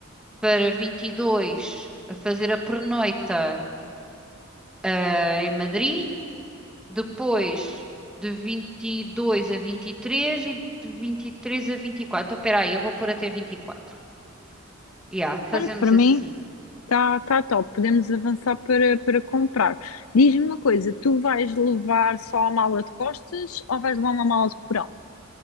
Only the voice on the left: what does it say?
Olha, para mim
está tá tá top, podemos avançar para, para comprar. Diz-me uma coisa, tu vais levar só a mala de costas ou vais levar uma mala de porão?